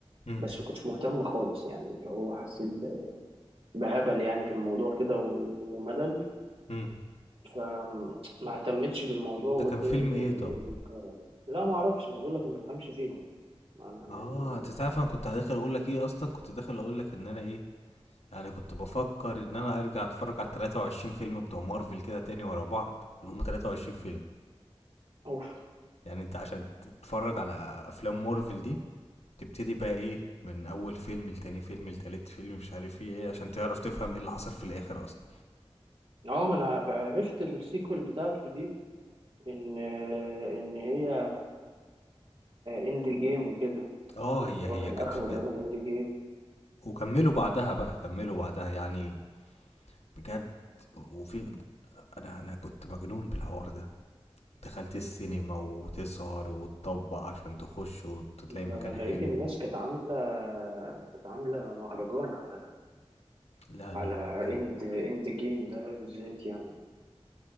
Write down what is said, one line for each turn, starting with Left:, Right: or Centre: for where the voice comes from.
Left: امم
Right: بس ما كنتش مهتم خالص يعني اللي هو حسيت بهبل يعني في الموضوع كده وملل
Left: امم
Right: فما اهتمتش بالموضوع
Left: ده
Right: وقلت
Left: كان فيلم
Right: ايه ال-
Left: ايه
Right: إيه ال-
Left: طب
Right: إيه الخرا ده لا ما اعرفش انا بقول لك ما بفهمش فيهم انا يعني
Left: اه انت تعرف انا كنت داخل اقول لك ايه اصلا كنت داخل اقول لك ان انا ايه يعني كنت بفكر ان انا ارجع اتفرج على 23 فيلم بتوع مارفل كده تاني ورا بعض اللي هم 23 فيلم
Right: اوف
Left: يعني انت عشان تتفرج على افلام مارفل دي تبتدي بقى ايه من اول فيلم لتاني فيلم لتالت فيلم مش عارف ايه إيه عشان تعرف تفهم ايه اللي حصل في الاخر اصلا
Right: اه ما انا عرفت السيكوال بتاعته دي ان ان هي اند جيم وكده
Left: اه
Right: اللي
Left: هي هي
Right: هو كان
Left: كانت
Right: اخره
Left: كانت-
Right: تقريبا اند جيم
Left: وكملوا بعدها بقى كملوا بعدها يعني بجد وفي انا انا كنت مجنون بالحوار ده دخلت السينما وتسهر وتطبق عشان تخش وتلاقي
Right: ما
Left: مكان
Right: انا لقيت
Left: حلو
Right: الناس كانت عامله كانت عامله مهرجان على
Left: لا لا
Right: على
Left: لا كان
Right: اند اند جيم ده بالذات يعني